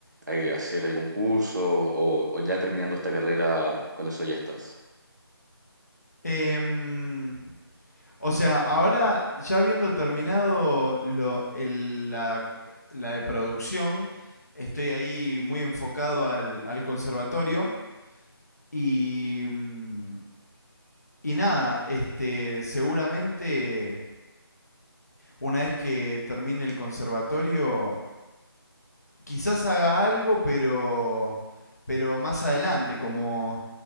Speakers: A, on the right; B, on the left.
A: eh, hacer algún curso o, o ya terminando esta carrera, con eso ya estás?
B: Em, o sea, ahora ya habiendo terminado lo- el- la, la de producción, estoy ahí muy enfocado al, al conservatorio y, mm, y nada, este, seguramente una vez que termine el conservatorio quizás haga algo, pero, pero más adelante, como,